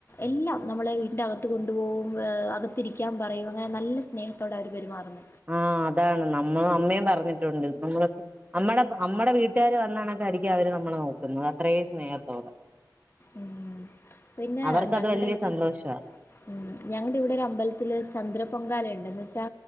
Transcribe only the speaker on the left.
എല്ലാം നമ്മളെ വീട്ടിന്റെ അക ത്ത് കൊണ്ടുപോവും അകത്തിരിക്കാൻ പറയും അങ്ങനെ നല്ല സ്നേഹത്തോടെ അവര് പെരുമാറുന്നെ.
ഉം പിന്നെ
ഞങ്ങടെ
ഇവിടെ
ഉം ഞങ്ങടെ ഇവിടെ ഒരു അമ്പലത്തില് ചന്ദ്ര പൊങ്കാല ഉണ്ട് എന്ന് വെച്ചാ